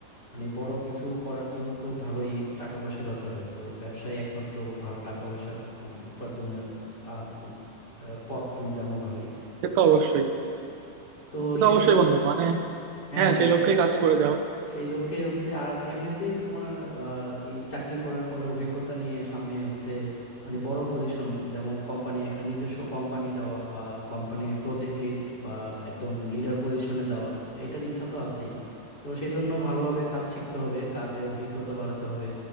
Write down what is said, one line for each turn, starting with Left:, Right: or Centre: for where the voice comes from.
Left: মানে বড় কিছু করার জন্য তো ভালোই টাকা পয়সা দরকার হয় তো ব্যবসায় একমাত্র ভালো টাকা পয়সা উম, উপার্জনের আহ, উম, আহ, পথ তুমি জানো ভালোই
Right: সে তো অবশ্যই
Left: তো
Right: সে তো
Left: সেই
Right: অবশ্যই বন্ধু মানে
Left: হ্যাঁ
Right: হ্যাঁ সেই
Left: সেই
Right: লক্ষ্যেই কাজ করে যাও
Left: সেই লক্ষ্যে হচ্ছে আর এমনিতেই তোমার আহ, এই চাকরি করার পরে অভিজ্ঞতা নিয়ে সামনে হচ্ছে মানে বড় পজিশন যেমন কোম্পানি একটা নিজস্ব কোম্পানি দেওয়া বা কোম্পানির প্রজেক্ট লিড বা একদম লিডার পজিশনে যাওয়া তো এটার ইচ্ছা তো আছেই তো সেই জন্য ভালোভাবে কাজ শিখতে হবে কাজে অভিজ্ঞতা বাড়াতে হবে